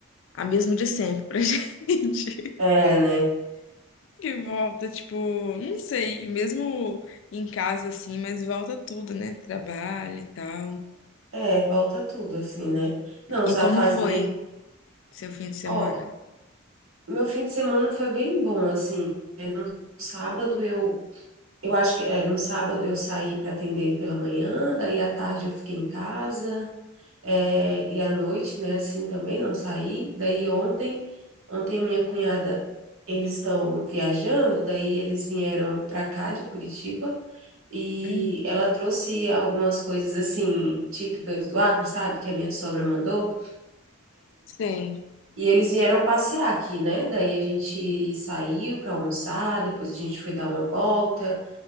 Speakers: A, on the left (about 65°); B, on the right (about 80°).
A: a mesma de sempre pra <laughs> gente.
B: É, né?
A: Que volta, tipo, não sei, mesmo em casa assim, mas volta tudo, né? Trabalho e tal.
B: É, é, volta tudo, assim, né? Não, só
A: E como
B: fazer.
A: foi seu fim de semana?
B: Ó, meu fim de semana foi bem bom, assim. É, no sábado eu. Eu acho que é, no sábado eu saí para atender pela manhã, daí à tarde eu fiquei em casa. É, e à noite, né, assim também não saí. Daí ontem, ontem minha cunhada, eles estão viajando, daí eles vieram para cá de Curitiba e
A: Hum,
B: ela trouxe algumas coisas assim típicas do Acre, sabe, que a minha sogra mandou.
A: Sei.
B: E eles vieram passear aqui, né? Daí a gente saiu para almoçar, depois a gente foi dar uma volta.